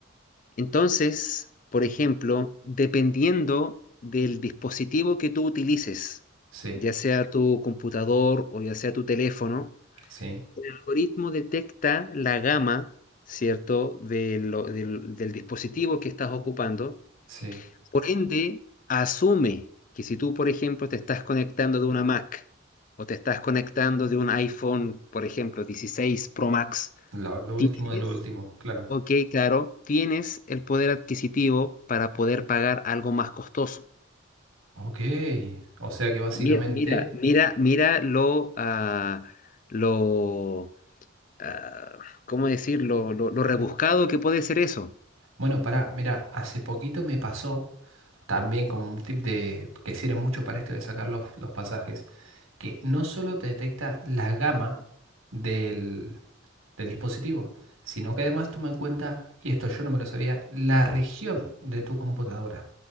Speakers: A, on the left; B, on the right.
A: Entonces, por ejemplo, dependiendo del dispositivo que tú utilices,
B: Sí,
A: ya sea tu computador o ya sea tu teléfono,
B: sí,
A: el algoritmo detecta la gama, ¿cierto?, de lo- del, del dispositivo que estás ocupando.
B: sí.
A: Por ende, asume que si tú, por ejemplo, te estás conectando de una Mac o te estás conectando de un iPhone, por ejemplo, 16 Pro Max,
B: Lo, lo último
A: tienes
B: de lo último, claro.
A: Ok, claro, tienes el poder adquisitivo para poder pagar algo más costoso.
B: Ok, o sea que básicamente,
A: Mira, mira, mira, mira lo, ah, lo, ah, ¿cómo decirlo? Lo, lo rebuscado que puede ser eso.
B: bueno, pará, mira, hace poquito me pasó también como un tip de que sirve mucho para esto de sacar los, los pasajes, que no solo te detecta la gama del, del dispositivo, sino que además toma en cuenta, y esto yo no me lo sabía, la región de tu computadora.